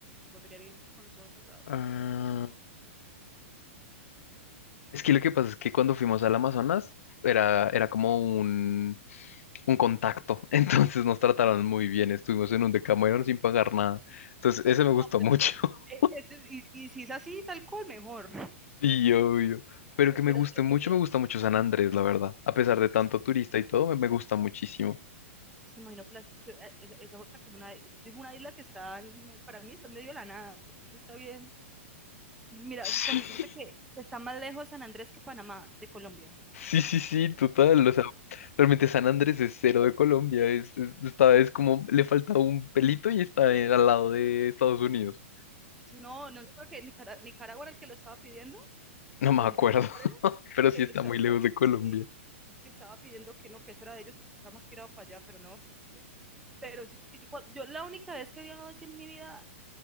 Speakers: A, in the centre; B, on the left.
A: volvería a ir con los ojos cerrados.
B: Ah, Es que lo que pasa es que cuando fuimos al Amazonas era, era como un, un contacto, <laughs> entonces nos trataron muy bien, estuvimos en un Decameron sin pagar nada, entonces ese me
A: No,
B: gustó
A: pues,
B: mucho, <laughs>
A: e- ese- y, y si es así, tal cual, mejor.
B: sí, obvio, pero
A: Uh,
B: que me
A: pero
B: guste
A: es que
B: mucho,
A: ese,
B: me gusta mucho San Andrés, la verdad, a pesar de tanto
A: sí,
B: turista y todo, me, me gusta muchísimo.
A: sí, imagino que, las, es que eh, esa, esa otra que es una, eso sí es una isla que está, en me- para mí está en medio de la nada, porque eso está bien. Mira,
B: Sí.
A: sí, con decirte que, que está más lejos San Andrés que Panamá de Colombia.
B: Sí, sí, sí, total. O sea, realmente San Andrés es cero de Colombia. Es, es- está, es como le falta un pelito y está eh, al lado de Estados Unidos.
A: si no, no no creo que Nicaragua, Nicaragua era el que lo estaba pidiendo,
B: No me
A: o
B: acuerdo,
A: Honduras,
B: <laughs>
A: ¿cuál era?
B: pero
A: Que,
B: sí
A: lo
B: está
A: estaba,
B: muy
A: sí,
B: lejos de Colombia.
A: que estaba pidiendo que no, que eso era de ellos porque estaba más tirado para allá, pero no, porque, pero sí, porque yo, yo la única vez que he viajado así en mi vida,